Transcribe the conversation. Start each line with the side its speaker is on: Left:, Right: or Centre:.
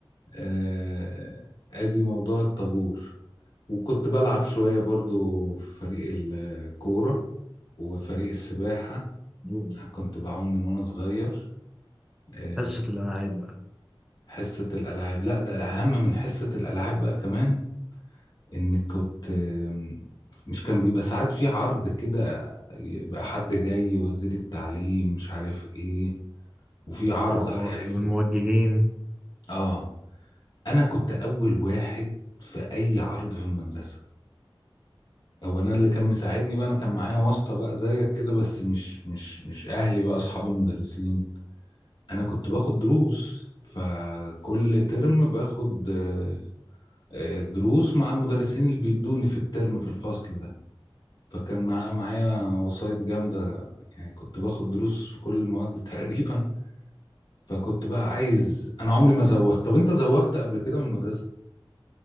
Left: آه، ادي موضوع الطابور وكنت بلعب شوية برضو في فريق الكورة وفريق السباحة
Centre: مم.
Left: كنت بعوم من وانا صغير آه،
Centre: حصة الألعاب بقى
Left: حصة الألعاب لا ده الأهم من حصة الألعاب بقى كمان إنك كنت آم، مش كان بيبقى ساعات في عرض كده يبقى حد جاي وزير التعليم مش عارف ايه وفي عرض
Centre: اه
Left: هيحصل
Centre: اه إيه، والموجهين
Left: اه انا كنت اول واحد في اي عرض في المدرسه هو انا اللي كان مساعدني بقى انا كان معايا واسطه بقى زيك كده بس مش مش مش اهلي بقى اصحاب المدرسين انا كنت باخد دروس فكل ترم باخد آه، آه، دروس مع المدرسين اللي بيدوني في الترم في الفصل ده فكان مع- معايا وسايط جامده يعني كنت باخد دروس في كل المواد <laughs> تقريبا فكنت بقى عايز انا عمري ما زوغت طب انت زوغت قبل كده من المدرسه